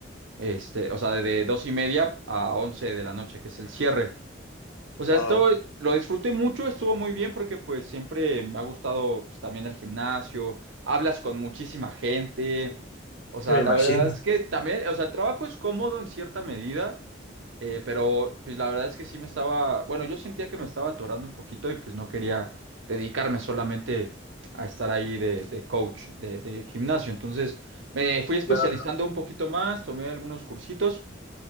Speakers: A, on the right (about 80°); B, on the left (about 60°).
A: Este, o sea, de dos y media a once de la noche, que es el cierre. O sea,
B: Wow,
A: esto es- lo disfruté mucho, estuvo muy bien porque pues siempre me ha gustado pues, también el gimnasio, hablas con muchísima gente, o sea,
B: sí me
A: la
B: imagino.
A: verdad es que también, o sea, el trabajo es cómodo en cierta medida, eh, pero pues la verdad es que sí me estaba, bueno, yo sentía que me estaba atorando un poquito y pues no quería dedicarme solamente a estar ahí de, de coach de, de gimnasio, entonces me fui especializando
B: Claro.
A: un poquito más, tomé algunos cursitos